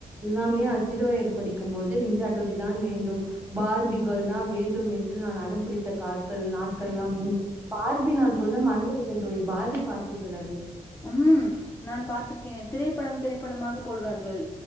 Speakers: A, on the right (about 15°); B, on the left (about 20°).
A: எல்லாமே நான் சிறு வயது படிக்கும்பொழுது நெஞ்சாட்டுரி தான் வேண்டும் பார்பிகள் தான் வேண்டும் என்று நான் அடம் பிடித்த காட்கள் நாட்கள் எல்லாம் உண்டு பார்பி நான் சொல்ல மறந்திருக்கேன் தோழி பார்பி பார்பீர்களா
B: ம் நான் பாார்த்திருக்கே திரைப்படம் திரைப்படமாக போடுவார்கள்